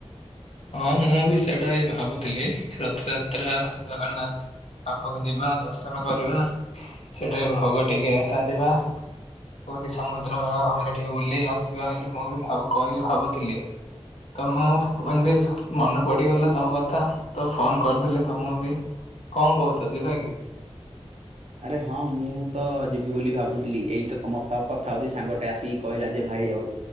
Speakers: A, on the left; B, on the right.
A: ହଁ ମୁଁ ବି ସେଇଟା ହି ଭାବୁଥିଲି ରଥଯାତ୍ରା ଜଗନ୍ନାଥ ପାଖକୁ ଯିବା ଦର୍ଶନ କରିବା, ସେଠାରେ ଭୋଗ ଟିକେ ସାରିବା। ପୁରୀ ସମୁଦ୍ରବେଳା ଭୂମିରେ ଟିକେ ବୁଲି ଆସିବା ବୋଲି ମୁଁ ବିି କହିବି ଭାବୁଥିଲି। ତ ମୁଁ ମନେ ପଡିଗଲା ତମ କଥା ତ ଫୋନ କରିଦେଲି ତମକୁ ବି। କଣ କହୁଛ ଯିବା କି?
B: ଆରେ ହଁ ମୁଁ ତ ଯିବି ବୋଲି ଭାବୁଥିଲି, ଏଇ ତ ତମ ସହ କଥା ହଉଛି ସାଙ୍ଗଟେ ଆସିକି କହିଲା ଯେ ଭାଇ ଆଉ